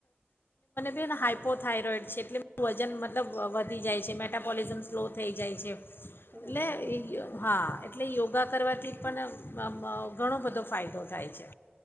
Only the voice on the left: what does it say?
ને હાઇપોથાઈરોઈડ છે એટલે વજન મતલબ વધી જાય છે મેટાબોલિઝમ સ્લો થઈ જાય છે
એટલેયે
હા એટલે યોગા કરવાથી પણ મ મ ઘણો બધો ફાયદો થાય છે